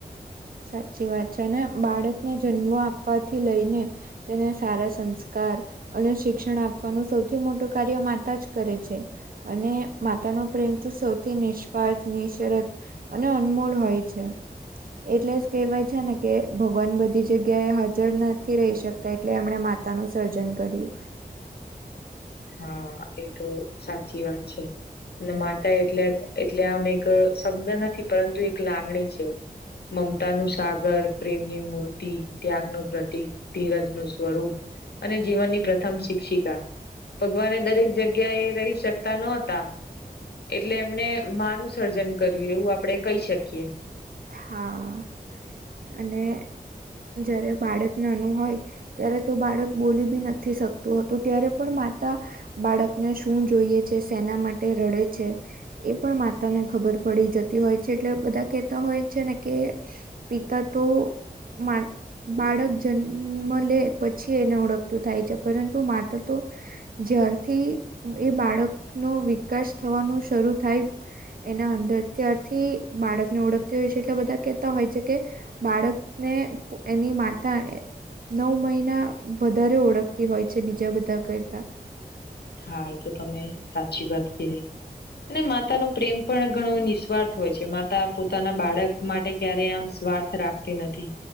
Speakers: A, on the right; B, on the left.
A: સાચી વાત છે અને બાળકને જન્મો આપવાથી લઈને. તેને સારા સંસ્કાર અને શિક્ષણ આપવાનું સૌથી મોટું કાર્ય માતા જ કરે છે. અને માતાનો પ્રેમ તો સૌથી નિસ્વાર્થ, નિશરત અને અનમોલ હોય છે. એટલે જ કહેવાય છે ને કે ભગવાન બધી જગ્યાએ હાજર નથી રહી શકતા એટલે એમણે મા તાનું સર્જન કર્યું.
B: હા એ તો સાચી વાત છે. અને માતા એટલે એટલે આમ એક શબ્દ નથી પરંતુ એક લાગણી છે. મમતા નું સાગર, પ્રેમની મૂર્તિ, ત્યાગ નું પ્રતિક. ધીરજ ન સ્વરૂપ અને જીવનની પ્રથમ શિક્ષિકા. ભગવાને દરેક જગ્યા એ રહી શકતા નતા. એટલે એમને માનું સર્જન કર્યું એવું આપડે કહી શકીએ.
A: હા અને જ્યારે બાળકને નાનું હોય. ત્યારે તો બાળક બોલી બી નથી શકતું હતું ત્યારે પણ માતા બાળકને શું જોઈએ છે સેના માટે રડે છે? એ પણ માતા ને ખબર પડી જતી હોય છે એટલે બધા કેહેતા હોય છે ને કે પિતા તો મા બાળક જન્મ લે પછી એને ઓળખતું થાય છે પરંતુ માતા તો જ્યારથી એ બાળકનો વિકાસ થવાનું શરૂ થાય. એના અંદર ત્યારથી બાળકને ઓળખ તે વિશે એટલે બધા કહેતા હોય છે કે બાળકને એની માતા નવ મહિના વધારે ઓળખતી હોય છે બીજા બધા કરતાં.
B: હા એ તો તમે સાચી વાત કીધી. અને માતા ન પ્રેમ પણ ઘણો નિસ્વાર્થ હોય છે માતા પોતાના બાળક માટે ક્યારે આમ સ્વાર્થ રાખતી નથી‌.